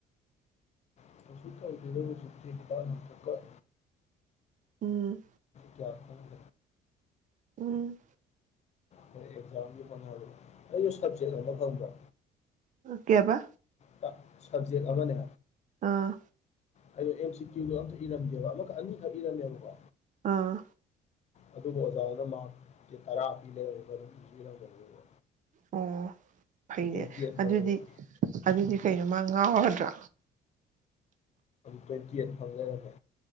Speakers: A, on the left (about 40°); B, on the right (about 50°).
A: <unintelligible> ꯍꯤꯗꯥꯛ ꯂꯥꯡꯊꯛ
B: ꯎꯝ
A: ꯀꯌꯥ ꯐꯪ <unintelligible>
B: ꯎꯝ
A: ꯍꯣꯏ ꯑꯦꯛꯖꯥꯝꯒꯤ ꯍꯣꯠꯅꯕꯩ ꯁꯕꯖꯦꯛ ꯑꯃ ꯈꯪꯕ꯭ꯔꯥ
B: ꯀꯩꯕ
A: ꯇ- ꯁꯕꯖꯦꯛ ꯑꯃꯅꯦ
B: ꯑꯥ
A: ꯑꯩꯗꯣ ꯑꯦꯝ ꯁꯤ ꯀ꯭ꯌꯨꯗꯣ ꯑꯝꯇ ꯏꯔꯝꯗꯦꯕ ꯑꯃꯈꯛ ꯑꯅꯤꯈꯛ ꯏꯔꯝꯃꯦꯕꯀꯣ
B: ꯑꯥ
A: ꯑꯗꯨꯕꯨ ꯑꯣꯖꯥꯗꯨꯅ ꯃꯥꯛꯇꯤ ꯇꯔꯥ ꯄꯤ ꯂꯩꯔꯝꯃꯤꯕ ꯑꯗꯨꯝ ꯏꯖꯨ ꯏꯔꯝꯗꯕꯗꯨꯗ
B: ꯑꯣ ꯐꯩꯅꯦ
A: ꯇ꯭ꯋꯦꯟꯇꯤ ꯑꯩꯠ
B: ꯑꯗꯨꯗꯤ
A: ꯐꯪꯉꯦꯕ
B: ꯑꯗꯨꯗꯤ ꯀꯩꯅꯣ ꯃꯥ ꯉꯥꯎꯔꯗ꯭ꯔꯥ
A: ꯇ꯭ꯋꯦꯟꯇꯤ ꯑꯥꯏꯠ ꯐꯪ ꯂꯩꯔꯝꯃꯦ